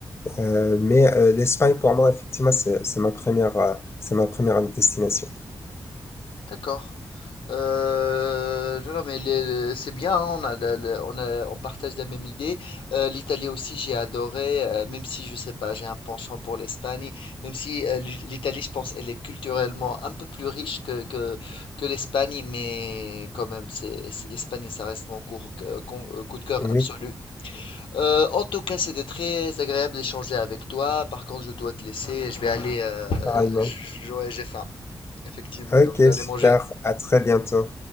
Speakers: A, on the left (about 30°); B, on the left (about 85°).
A: Euh, mais euh, l'Espagne, pour moi, effectivement, c'est c'est ma première, euh, c'est ma première destination.
B: D'accord. Euh, non, non, mais le- le- c'est bien, hein, on a, la- la- on a, on partage la même idée. Euh, l'Italie aussi, j'ai adoré, euh, même si je sais pas, j'ai un penchant pour l'Espagne, même si euh, l'I- l'Italie, je pense, elle est culturellement un peu plus riche que, que, que l'Espagne, mais quand même, c'est, c'est- l'Espagne, ça reste mon cours, que- con- euh, coup de cœur
A: Oui,
B: absolu. Euh, en tout cas, c'était très agréable d'échanger avec toi. Par contre, je dois te laisser, je vais aller, euh,
A: Pareillement.
B: j- j- ouais, j'ai faim, effectivement,
A: Ok,
B: donc je vais aller
A: super.
B: manger.
A: À très bientôt.